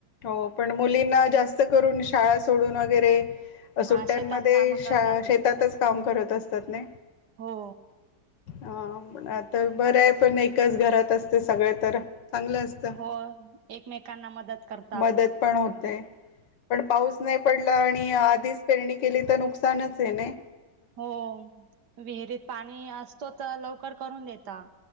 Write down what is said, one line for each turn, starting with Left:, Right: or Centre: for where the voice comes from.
Left: हो पण मुलींना जास्त करून शाळा सोडून वगैरे सुट्ट्यांमध्ये
Right: हा शेतात काम करतात
Left: श
Right: ते
Left: शेतातच काम करत असतात ना?
Right: हो
Left: हा आता बरं आहे पण एकच घरात असते. सगळे तर चांगलं असतं
Right: हो एकमेकांना मदत कर
Left: मदत पण होते. पण पाऊस नाही प आणि आधीच पेरणी केली तर नुकसानच नही.
Right: हो विहिरीत पाणी असतो तर लव कर करून देता